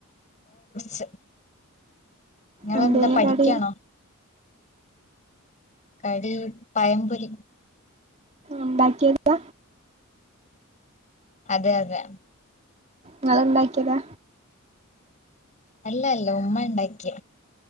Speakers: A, on the left; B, on the right.
A: ശ നിങ്ങളന്താ
B: എന്തേന്
A: പഠിക്കാണോ
B: കടി
A: കടി പയംപൊല
B: ഉണ്ടാക്കിയത
A: അതെ അതെ
B: നിങ്ങള്ണ്ടാക്കിയതാ
A: അല്ല അല്ല ഉമ്മ ഉണ്ടാക്കിയ